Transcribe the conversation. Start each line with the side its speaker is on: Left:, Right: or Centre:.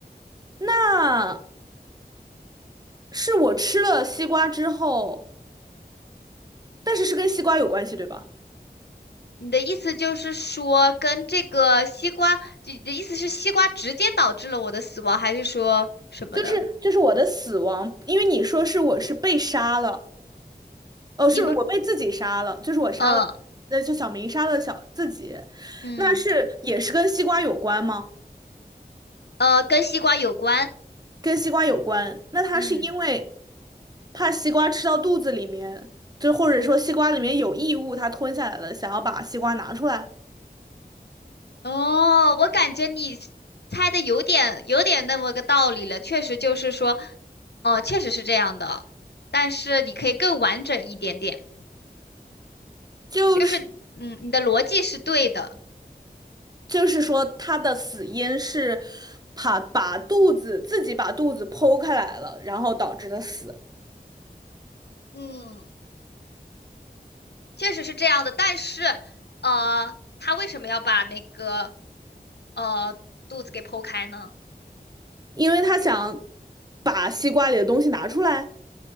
Right: 那是我吃了西瓜之后，但是是跟西瓜有关系，对吧？
Left: 你的意思就是说，跟这个西瓜，你的意思是西瓜直接导致了我的死亡，还是说什么的？
Right: 就是就是我的死亡，因为你说是我是被杀了，呃，是我被自己杀了，
Left: 你不，
Right: 就是我杀了，
Left: 呃，
Right: 呃，就小明杀了小自己，
Left: 嗯，
Right: 那是也是跟西瓜有关吗？
Left: 呃，跟西瓜有关，
Right: 跟西瓜有关。那他是因为
Left: 嗯，
Right: 怕西瓜吃到肚子里面，就或者说西瓜里面有异物，它吞下来了，想要把西瓜拿出来，
Left: 哦，我感觉你猜的有点有点那么个道理了，确实就是说，哦，确实是这样的，但是你可以更完整一点点，
Right: 就是
Left: 就是，嗯，你的逻辑是对的。
Right: 就是说它的死因是怕把肚子自己把肚子剖开来了，然后导致的死，
Left: 嗯。确实是这样的，但是呃，他为什么要把那个呃肚子给剖开呢？
Right: 因为它想把西瓜里的东西拿出来。